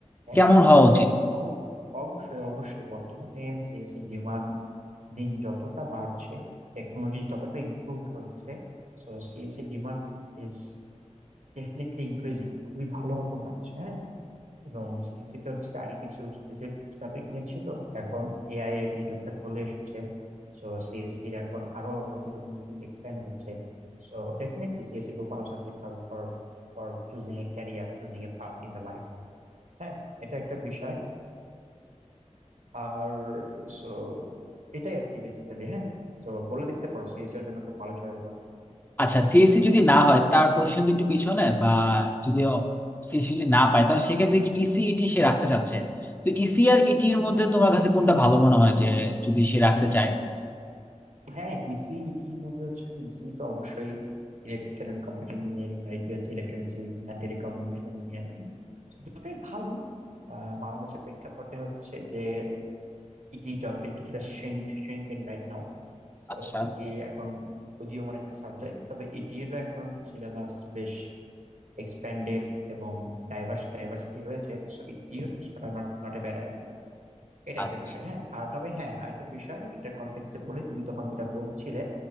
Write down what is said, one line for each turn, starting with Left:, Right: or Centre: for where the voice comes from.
Right: হ্যাঁ,
Left: কেমন হওয়া উচিত
Right: অব- অবশ্যই অবশ্যই বর্তমানে সিএস এর ডিমান্ড দিন যতটা বাড়ছে টেকনোলজি ততটা ইমপ্রুভ হচ্ছে সো সিএস এর ডিমান্ড ইজ ডেফিনেটলি ইনক্রিজিং খুবই ভালো মতো বাড়ছে হ্যাঁ এবং সিএসসি তো হচ্ছে আগে কিছু স্পেসিফিক কিছু টপিক নিয়ে ছিল এখন এআই এর যে যুগটা চলে এসেছে সো সিএসসি এর এখন আরো নতুন নতুন ফিল্ড এক্সপ্যান্ড হচ্ছে সো ডেফিনেটলি সিএসসি খুব ভালো সাবজেক্ট হবে for for choosing a career choosing a path in the life হ্যাঁ এটা একটা বিষয় আর সো এটাই আর কি বেসিক্যালি হ্যাঁ তো বলে দেখতে পারো সিএসি এর জন্য খুব ভালো চয়েস হবে
Left: আচ্ছা সিএসসি যদি না হয় তার পজিশন তো একটু পিছনে বা যদি সিএসসি যদি না পায় তাহলে সেক্ষেত্রে কি ইসিইটি সে রাখতে চাচ্ছে তো ইসি আর ইটির
Right: হুম,
Left: মধ্যে তোমার কাছে কোনটা ভালো মনে হয় যে যদি সে রাখতে চায়
Right: হ্যাঁ ইসিইটি এর মধ্যে হচ্ছে যে ইসিই তো অবশ্যই electrical and computer engineering IT হচ্ছে ইলেকট্রনিক্স অ্যান্ড টেলিকমিউনিকেশন ইঞ্জিনিয়ারিং দুটোই ভালো আহ, বাংলাদেশের প্রেক্ষাপটে হচ্ছে যে ইটি জব ফিল্ড কিছুটা shrink shrink in right now So
Left: আচ্ছা
Right: EC এখন উদীয়মান একটা সাবজেক্ট তবে ইটির এখন সিলেবাস বেশ এক্সপ্যান্ডেড এবং ডাইভার্স ডাইভার্সিটি রয়েছে সো এটিও চুজ করা not not a bad idea এটা একটা
Left: আচ্ছা
Right: বিষয় হ্যাঁ আর তবে হ্যাঁ আরেকটা বিষয় এটার কন্টেক্সটে বলি তুমি তখন যেটা বলছিলে